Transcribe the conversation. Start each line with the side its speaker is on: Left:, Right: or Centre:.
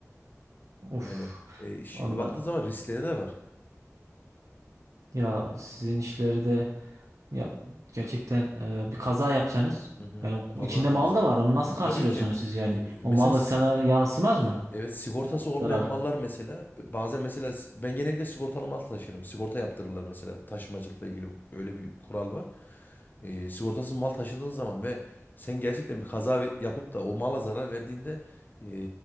Right: Uf.
Left: Yani e, şimdi
Right: Onda
Left: baktığın zaman riskleri de var.
Right: ya sizin işlerde Ya gerçekten e, bir kaza yapsanız
Left: Hı hı.
Right: yani
Left: Allah
Right: içinde
Left: korusun.
Right: mal da var. Onu nasıl
Left: E, tabii
Right: karşılıyorsunuz
Left: ki.
Right: siz yani?
Left: E, mesela
Right: O malı sana yansımaz mı?
Left: Evet sigortası
Right: Bayağı bir
Left: olmayan
Right: Zarar.
Left: mallar mesela e, bazen mesela s- ben genellikle sigortalı mal taşırım. Sigorta yaptırırlar mesela taşımacılıkla ilgili öyle bir kural var. E, sigortasız mal taşıdığın zaman ve sen gerçekten bir kaza ve- yapıp da o mala zarar verdiğinde e,